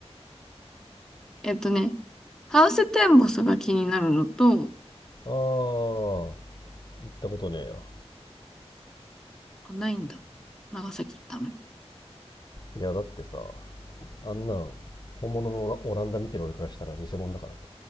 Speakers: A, in the centre; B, on the left (about 40°).
A: えっとね、ハウステンボスが気になるのと、
B: ああ、行ったことねえよ。
A: あ、ないんだ。長崎行ったのに。
B: いや、だってさ、あんなん本物のオランダ見てる俺からしたら偽物だからさ